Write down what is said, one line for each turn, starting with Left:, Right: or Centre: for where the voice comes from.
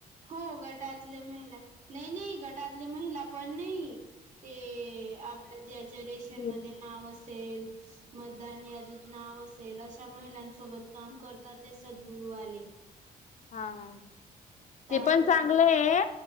Right: हो गटातले महिला नाही नाही गटातले महिला पण नाही. ते आपल्या ज्याच्या रेशन
Left: हा
Right: मध्ये नाव अस असेल मतदान यादीत नाव असेल अशा महिलां सोबत काम करतात ते सद्गुरुवाले.
Left: हा हा ते
Right: आम्ही
Left: पण चांगलं आहे,